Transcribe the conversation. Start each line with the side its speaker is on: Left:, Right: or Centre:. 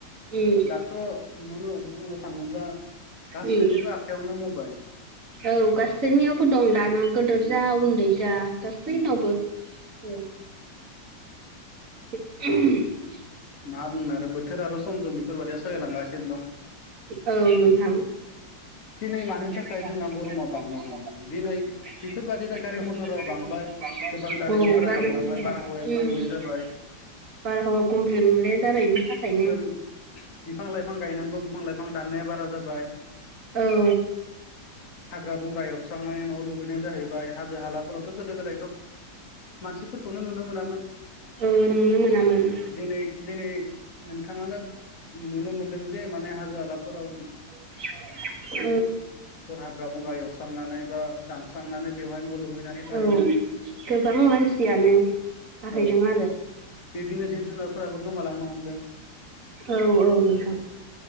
Right: उम
Left: दाथ' ननो बुंनो थाङोब्ला गासैनिबो
Right: उम
Left: आखाइयावनो मबाइल।
Right: औ गासैनियावबो दं दाना गदोर
Left: उम
Right: जा उन्दै जा गासैनावबो।
Left: उम
Right: औ <unintelligible>
Left: मा बुंनो आरो बोथोर आरो सम सम बेफोरबायदिया सोलायलांगासिनो दं।
Right: औ नोंथां <inaudible>
Left: दिनै मानि थाखाय जोंना गरमा
Right: औ
Left: बांनो हमदों दिनै
Right: गारि
Left: बेफोरबायदिनो मथरा बांबाय
Right: मटर
Left: गोबां दारिमिनफोरा बांलांबाय
Right: उम
Left: बारहावाया गुबुंले जाबाय
Right: बारहावा गुबुंले जानाय नि थाखायनो
Left: जों बिफां लाइफां गायनांगौ बिफां लाइफां दाननाया बारा जाबाय
Right: औ
Left: हाग्रा बंग्रा एवस्रांनानै न' लुुहैनाय जाहैबाय हाजो हालाफोरावथ' गोदो गोदायथ' मानसिफोरखौनो नुनो मोनामोन
Right: ओ नुनो मोनामोन माने
Left: दिनै दिनै नोंथाङानो नुनो मोनदों जे माने हाजो हालाफोराव माने
Right: <unintelligible>
Left: हाग्रा बंग्रा एवस्रांनानै बा दानस्रांनानै बेवहाय न' लुहैनानै थाहैदों
Right: औ गोबां मानसियानो थाहैदों
Left: औ
Right: आरो
Left: बिब्दिनो जिब जुनारफोराबो गोमालांनो हमदों
Right: औ औ औ नोंथां